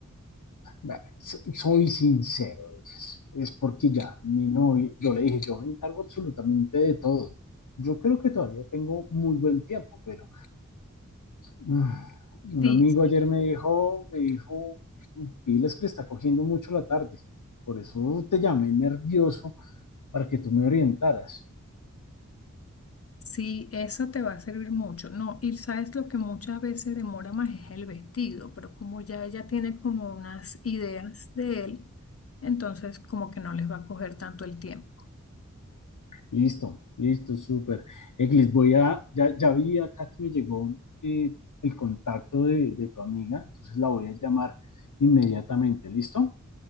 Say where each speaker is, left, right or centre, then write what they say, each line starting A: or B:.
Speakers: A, on the left (about 80°); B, on the left (about 50°).
A: Vea, so- Soy sincero, es, es porque ya, mi novio, yo le dije, yo me encargo absolutamente de todo. Yo creo que todavía tengo muy buen tiempo, pero <sighs> ah, un
B: Sí,
A: amigo ayer
B: sí.
A: me dijo, me dijo, pilas que le está cogiendo mucho la tarde. Por eso te llamé nervioso para que tú me orientaras.
B: Sí, eso te va a servir mucho. No, y sabes lo que muchas veces demora más es el vestido, pero como ya ella tiene como unas ideas de él, entonces como que no les va a coger tanto el tiempo.
A: Listo, listo, súper. Eglis, voy a, ya, ya vi acá que me llegó eh, el contacto de, de tu amiga, entonces la voy a llamar inmediatamente, ¿listo?